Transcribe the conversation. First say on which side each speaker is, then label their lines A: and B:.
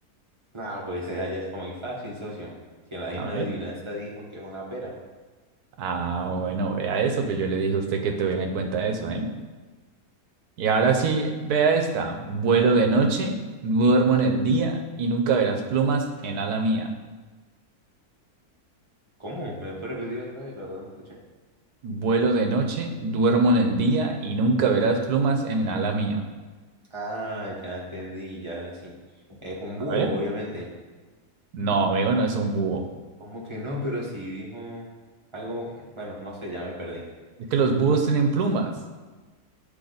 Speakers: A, on the right; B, on the right.
A: No, pues esa ya está muy fácil, socio. Si en la misma
B: A ver.
A: adivinanza dijo que es una pera.
B: Ah, bueno, vea eso, pero yo le dije a usted que tuviera en cuenta eso, ¿eh? Y ahora sí, vea esta. Vuelo de noche, duermo en el día y nunca verás plumas en ala mía.
A: ¿Cómo? ¿Me lo puedes repetir otra vez? La verdad no escuché.
B: Vuelo de noche, duermo en el día y nunca verás plumas en ala mía.
A: Ah, ya entendí, ya ahora sí. Es un búho,
B: A ver.
A: obviamente.
B: No, amigo, no es un búho.
A: ¿Cómo que no? Pero si dijo algo, bueno, no sé, ya me perdí.
B: Es que los búhos tienen plumas.